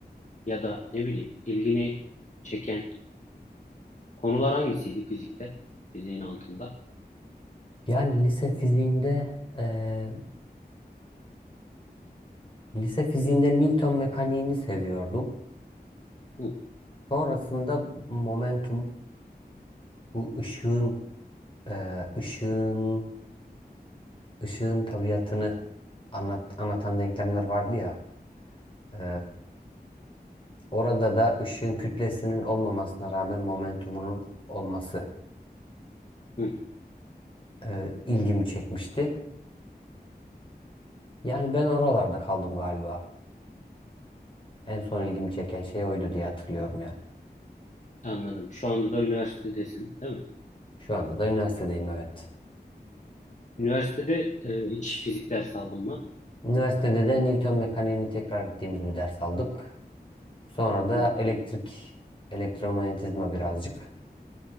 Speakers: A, on the left; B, on the left.
A: ya da ne bileyim ilgini çeken konular hangisiydi fizikte? Fiziğin altında.
B: Yani lise fiziğinde eee, lise fiziğinde Newton mekaniğini seviyordum.
A: Hı hı,
B: Sonrasında momentum bu ışığın e, ışığın ışığın tabiatını anlat, anlatan denklemler vardı ya. E, orada da ışığın kütlesinin olmamasına rağmen momentumunun olması
A: hı hı.
B: e, ilgimi çekmişti. Yani ben oralarda kaldım galiba. En son ilgimi çeken şey oydu diye hatırlıyorum yani.
A: Anladım. Şu anda da üniversitedesin, değil mi?
B: Şu anda da üniversitedeyim evet.
A: Üniversitede ee, hiç fizik dersi aldın mı?
B: Üniversitede de Newton mekaniğini tekrar ettiğimiz bir ders aldık. Sonra da
A: Hı hı,
B: elektrik, elektromanyetizma birazcık.